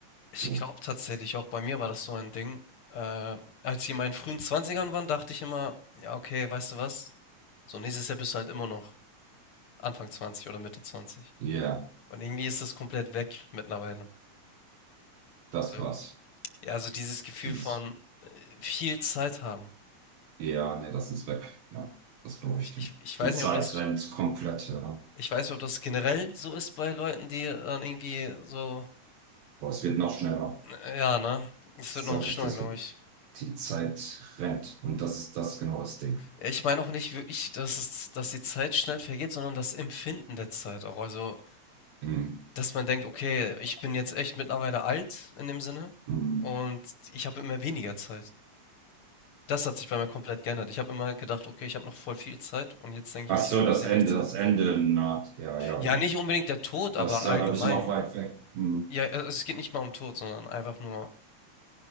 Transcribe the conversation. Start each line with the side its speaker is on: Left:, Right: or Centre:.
Left: ich
Right: so,
Left: glaube tatsächlich, auch bei mir war das so ein Ding. Äh, als ich in meinen frühen Zwanzigern war, dachte ich immer, ja, okay, weißt du was? So nächstes Jahr bist du halt immer noch Anfang 20 oder Mitte 20.
Right: ja, yeah,
Left: Und irgendwie ist das komplett weg mittlerweile.
Right: das
Left: So,
Right: war's.
Left: Ja, also dieses Gefühl
Right: Dieses,
Left: von, äh, viel Zeit haben.
Right: ja, nee, das ist weg. Ja, das glaube
Left: Ich
Right: ich dir.
Left: ich ich weiß
Right: Die Zeit
Left: nicht, ob das
Right: rennt komplett, ja.
Left: ich weiß nicht, ob das generell so ist bei Leuten, die dann irgendwie so
Right: Aber es wird noch schneller.
Left: äh, ja, ne? Es
Right: Das
Left: wird noch
Right: sage
Left: schlimmer,
Right: ich dir, es
Left: glaube
Right: wird,
Left: ich.
Right: die Zeit rennt. Und das ist das genau das Ding.
Left: Ich meine auch nicht wirklich, dass es dass die Zeit schnell vergeht, sondern das Empfinden der Zeit auch. Also,
Right: Mhm.
Left: dass man denkt: „Okay, ich bin jetzt echt mittlerweile alt in dem Sinne
Right: Hm.
Left: und ich habe immer weniger Zeit.“ Das hat sich bei mir komplett geändert. Ich habe immer gedacht: „Okay, ich habe noch voll viel Zeit“ und jetzt denke ich
Right: Ach
Left: mir:
Right: so,
Left: „Ich habe
Right: das
Left: sehr
Right: Ende,
Left: wenig Zeit.“
Right: das Ende naht. Ja, ja,
Left: Ja,
Right: gut.
Left: nicht unbedingt der Tod,
Right: Das,
Left: aber
Right: ja
Left: allgemein.
Right: da bist du noch weit weg. Hm.
Left: Ja, a- also es geht nicht mal um Tod, sondern einfach nur.